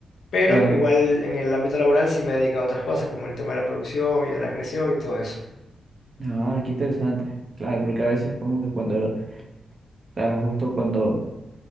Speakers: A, on the left; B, on the right.
A: Pero
B: claro.
A: igual en el ámbito laboral sí me he dedicado a otras cosas, como el tema de la producción y de la creación y todo eso.
B: Ah, qué interesante. Claro, porque a veces como que cuando, ah, justo cuando